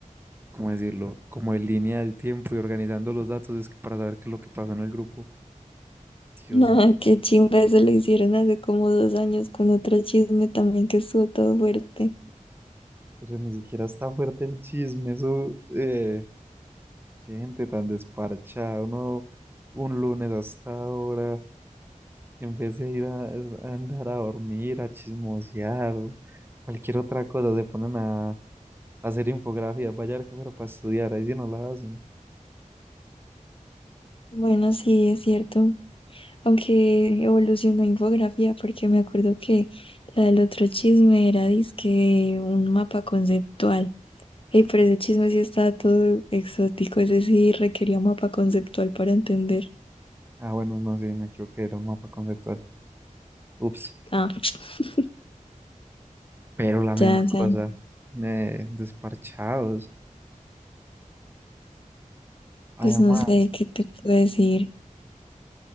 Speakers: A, on the right (about 15°); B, on the left (about 40°).
A: ¿cómo decirlo? Como en línea del tiempo y organizando los datos es que para saber qué es lo que pasó en el grupo. Dios
B: No,
A: mío,
B: qué chimba eso lo hicieron hace como dos años con otro chisme también que estuvo todo fuerte.
A: pero ni siquiera está fuerte el chisme, eso, eh, qué gente tan desparchada, uno un lunes hasta ahora, en vez de ir a, a andar a dormir, a chismosear, cualquier otra cosa, se ponen a a hacer infografías, vaya a ver que fuera para estudiar, ahí sí no la hacen.
B: Bueno, sí, es cierto. Aunque evolucionó a infografía, porque me acuerdo que la del otro chisme era dizque un mapa conceptual. Y pero ese chisme sí estaba todo exótico, ese sí requería mapa conceptual para entender.
A: Ah, bueno, no, sí, me equivoqué, era un mapa conceptual. Ups,
B: Ah, <tsk>
A: pero la misma
B: ya, ya.
A: cosa. Eh, desparchados. Además,
B: Pues no sé qué te puedo decir.